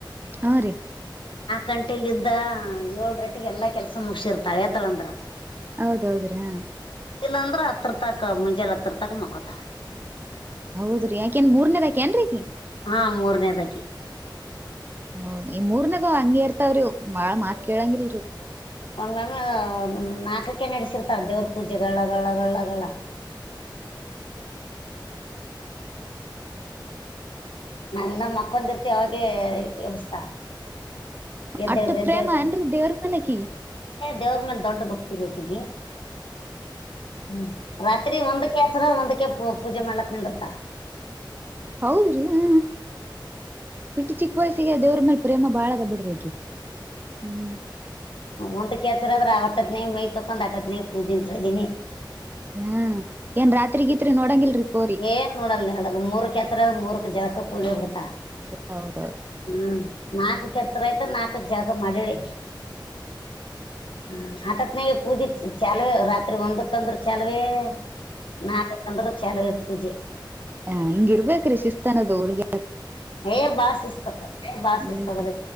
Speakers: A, on the right (about 25°); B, on the left (about 80°).
A: ಹಾ ರೀ
B: ಕಂಟಿಲ್ ಇದ್ದ ಏಳ ರಟ್ಟಿಗೆ ಎಲ್ಲಾ ಕೆಲ್ಸ ಮುಗಸಿರ್ತಾಳ ಎದ್ದಳಂದ್ರ
A: ಹೌದೌದ್ರಿ ಹಾ
B: ಇಲ್ಲ ಅಂದ್ರ ಹತ್ರ ತಕ ಮುಂಜೆ ಹತ್ರಿರ ತಕ ಮಕೊತ
A: ಹೌದ್ರಿ ಯಾಕಏನ್ ಮೂರ್ನೇದಾಕಏನ್ರೀಗ
B: ಹ ಮೂರನೇದಕ್ಕೆ
A: ಹದ ಈ ಮೂರ್ನಗ ಹಂಗಿ ಇರ್ತಾವ್ರಿ ಬಾಳ ಮಾತ್ ಕೇಳಂಗಿಲ್ರಿ
B: ಒಮ್ಮ ನಾಲ್ಕಕ ನಡೆಸಿರ್ತಾರ ದೇವ್ರ ಪೂಜೆಗಳಳಗಳಗಳಳಗಳ ನಾವ ಇ ನ ಮಕ್ಕಂದ ಇರ್ತಿ ಯಾವಾಗೆ ವ್ಯಸ್ಥ ಎದ್ದೇಳ್ರ
A: ಅಟ್ಟ
B: ಎದ್ದೇ್ರಿ
A: ಪ್ರೇಮ ಏನ್ರಿ ದೇವ್ರ ಮೇಲೆ ಆಕಿಗಿ
B: ದೇವ್ರ ಮೇಲೆ ದೊಡ್ಡ ಬಕ್ತಿ ರ ಕೀಗ ಹ್ಮ ರಾತ್ರಿ ಒಂದಕ್ಕೆ ಹೆಸರ ಒಂದಕ್ಕೆ ಪೂ ಪೂಜೆ ಮಾಡ್ಲಕ್ ನಿಂದರ್ತ
A: ಹೌದ್ರಿ ಹ ಇಟ್ಟು ಚಿಕ್ಕ ವಯಸ್ಸಿಗೆ ದೇವ್ರ ಮೇಲೆ ಪ್ರೇಮ ಬಾಳ ಅದ ಬಿಡ್ರಿಗ ಹ್ಮ್
B: ಒಂದ್ ಕೇತಿರದ್ರ ಆಟ್ಟತ್ನೇ ಮೈ ತಕೊಂಡ್ ಅಟ್ಟತ್ನೇ ಪೂಜೆನ್ರ ಇದೀನಿ
A: ಹಾ ಏನ್ ರಾತ್ರಿಗತ್ರಿ ನೋಡಂಗಿಲ್ರಿ ಪೋರಿ
B: ಏನ್ ನೋಡಲ್ಲ ಹೇಳಲ್ ಮೂರ್ಕ್ ಹೆತ್ರರ ಮೂರ್ಕ್ ಜಗಕ್ಕ ಕೂಗಿ ಬಿಡ್ತಾ
A: ಹೌದೌದು
B: ಹ್ಮ್ ನಾಕಕ್ ಎತ್ತರ ಆಯ್ತ ನಾಲ್ಕಕ್ ಜಾಗ ಮಾಡಲಿ ಹ ಆಟತ್ ನ ಪೂಜೆ ಚಾಲ ರತ್ ರಾತ್ರಿ ಒಂದಕ್ಕ ಅಂದ್ರ ಚಲುವೇ ನಾಲ್ಕಕ್ ಅಂದ್ರ ಚಲುವ ಪೂಜೆ
A: ಹ ಹಿಂಗಿರ್ಬೇಕೇ ರೀ ಶಿಸ್ತನದ ಹಗೆ
B: ಏ ಬಾಾಸಿಸ್ತ ಬಾಾಸಿಸ್ತದ್ರ
A: ಹ್ಮ್